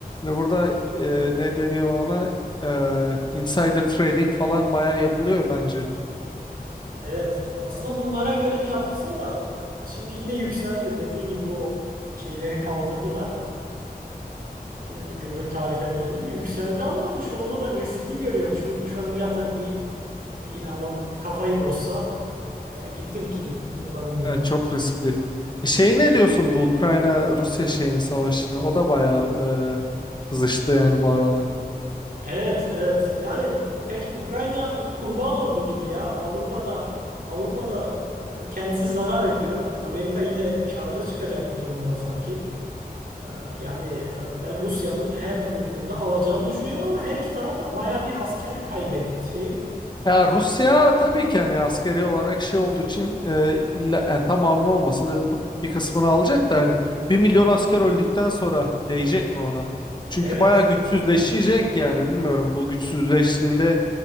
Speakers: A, on the left; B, on the right.
A: burada e, ne deniyor ona? E, insider trading falan bayağı yapılıyor bence.
B: Evet, aslında bunlara görev yapılsa da şimdi yine yükseldi. Dediğin gibi o şeyleri kaldırdılar. Ee, e, Gümrük tarifelerini yükseldi ama hani şu anda da riskli görüyorum. Şu, şu an yatır bir e, yine adam kafayı bozsa e, gitti bütün yılların biri.
A: E, çok riskli. E, Şey ne diyorsun bu Ukrayna Rusya şeyini savaşını? O da bayağı e, kızıştı yani bu aralar.
B: Evet, evet. Yani pek Ukrayna kurban oldu gibi ya. Avrupa'da Avrupa'da e, kendisi zarar ediyor. Amerika yine karlı çıkacak bu durumdan sanki. Ee, Yani e, ben Rusya'nın her türlü durumda alacağını düşünüyorum ama her iki taraf da bayağı bir asker kaybetti.
A: Ya Rusya tabii ki hani askeri olarak şey olduğu için e, illa yani tamamını olmasa da t- bir kısmını alacak da hani bir milyon asker öldükten sonra değecek mi ona? Çünkü
B: Evet.
A: bayağı güçsüzleşecek yani bilmiyorum bu güçsüzleştiğinde